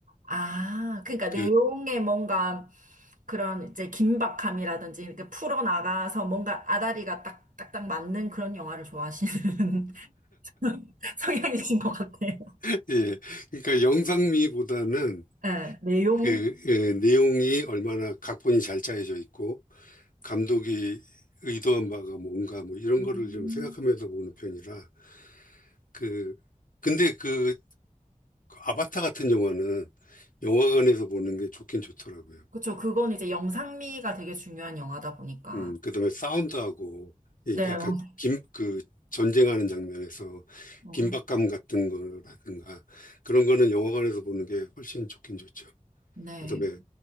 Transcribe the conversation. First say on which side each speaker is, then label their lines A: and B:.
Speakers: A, on the right; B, on the left.
A: 아, 그러니까
B: 그,
A: 내용에 뭔가 그런 이제 긴박함이라든지 이렇게 풀어나가서 뭔가 아다리가 딱, 딱딱 맞는 그런 영화를 좋아하시는 <laughs> 성향이신 것 같아요.
B: <laughs> 예, 그러니까 영상미보다는
A: 네, 내용.
B: 그 예, 내용이 얼마나 각본이 잘 짜여져 있고 감독이 의도한 바가 뭔가 뭐 이런
A: 음.
B: 거를 좀 생각하면서 보는 편이라 그 근데 그 아바타 같은 영화는 영화관에서 보는 게 좋긴 좋더라고요.
A: 그쵸. 그건 이제 영상미가 되게 중요한 영화다 보니까.
B: 음, 그다음에 사운드하고 이
A: 네,
B: 약간
A: 맞-
B: 김 그 전쟁하는 장면에서
A: 어,
B: 긴박감 같은 거라든가 그런 거는 영화관에서 보는 게 훨씬 좋긴 좋죠.
A: 네.
B: 그다음에